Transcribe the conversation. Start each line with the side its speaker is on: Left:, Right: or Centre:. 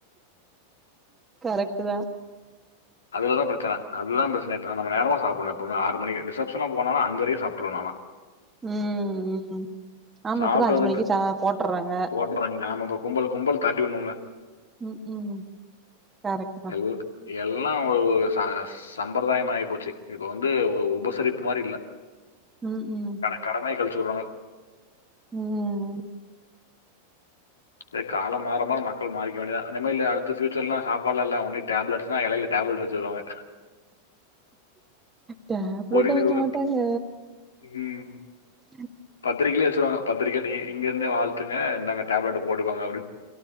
Right: கரெக்ட்டு தா
Left: அதுல தா பிரச்சன அது தா பிரச்சனயாட்ட நம்ம நேரமா சாப்புட்னு எப்பவுமே ஆறு மணிக்கு ரிசப்ஷன்லா போனாலு அஞ்சரைக்கே சாப்ட்ருவ நாலா
Right: ம் ம் ஆமா
Left: சாப்ட
Right: இப்பதா அஞ்சு
Left: வந்துட்டு
Right: மணிக்கு சா போட்டுர்றாங்க
Left: போட்டுறாய்ங்க ஆமாப்பா கும்பல் கும்பல் தாட்டி வுனும்ள்ள
Right: ம் ம் கரெக்ட்டு தா
Left: எல் எல்லா ஒரு ஒரு சார சம்பரதாய மாயி போச்சி இப்போ வந்து ஒ உபசரிப்பு மாரி இல்ல
Right: ம் ம்
Left: அட கடமைய கழிச்சி வுட்றாங்க
Right: ம் ம்
Left: இதே காலம் மார மார மக்கள் மாரிக்க வேண்டியத்தா அந்த மாரிலா அடுத்த ஃபியூச்சர்லா சாப்பாடு லா இல்ல ஒன்லி டேப்லட்ஸ்னா எலைல டேப்லட் வச்சிருவாங்க
Right: டேப்லட்
Left: பொரியலுக்கு
Right: வெக்க
Left: ஒரு
Right: மாட்டாங்க
Left: ம்
Right: ம்
Left: பத்திரிக்கைலே வச்சிருவாங்க பத்திரிக்க நீ இங்க இருந்தே வாழ்த்துங்க இந்தாங்க டேப்லெட்ட போட்டுக்கோங்க அப்டின்